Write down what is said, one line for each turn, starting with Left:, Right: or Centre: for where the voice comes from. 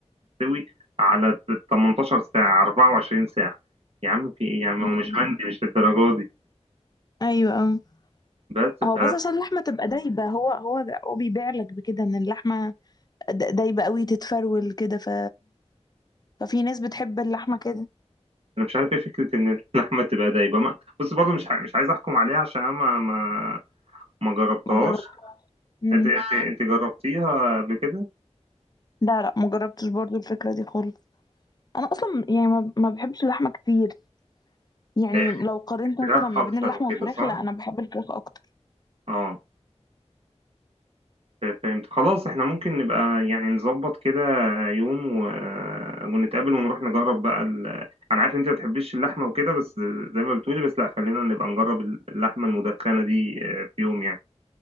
Right: بتتسوي على 18 ساعه 24 ساعه يا عم في ايه يا عم
Left: مم.
Right: هو مش عندي مش للدرجه دي
Left: ايوه اه
Right: بس
Left: هو
Right: ف
Left: بس عشان اللحمة تبقى دايبة هو هو ده- هو بيبيع لك بكده ان اللحمة د- دايبة قوي تتفرول كده ف... ففي ناس بتحب اللحمة كده
Right: انا مش عارف ايه فكره ان <laughs> اللحمه تبقى دايبه ما بص برضه مش ع- مش عايز احكم عليها عشان انا ما ما ما جربتهاش
Left: ما جربت مم.
Right: انت انت انت جربتيها قبل كده
Left: لا لا ما جربتش برضو الفكرة دي خالص انا اصلا يعني ما, ما بحبش اللحمة كتير يعني
Right: إيه،
Left: لو قارنت مثلا
Right: فراخ
Left: ما
Right: اكتر
Left: بين اللحمة
Right: وكده
Left: والفراخ
Right: صح
Left: لا انا بحب الفراخ اكتر
Right: اه فهمت خلاص احنا ممكن نبقى يعني نظبط كده يوم و... ونتقابل ونروح نجرب بقى ال... انا عارف انت ما بتحبيش اللحمه وكده بس زي ما بتقولي بس لا خلينا نبقى نجرب اللحمه المدخنه دي آه، في يوم يعني